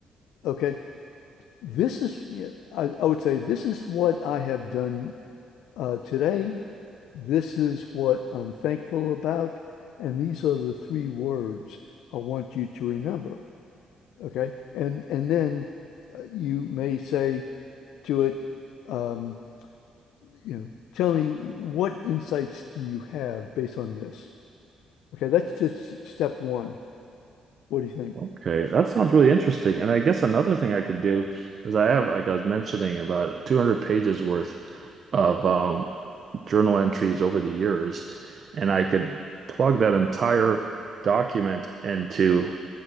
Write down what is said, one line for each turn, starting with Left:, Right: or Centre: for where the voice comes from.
Left: okay, this is, yeah, I, I would say, this is what I have done uh, today. This is what I'm thankful about. And these are the three words I want you to remember. Okay. And, and then uh, you may say to it, um, you know, tell me what insights do you have based on this? Okay. That's just step one. What do you think?
Right: Okay, that sounds really interesting. And I guess another thing I could do is I have, like I was mentioning, about 200 pages worth of um, journal entries over the years, and I could plug that entire document into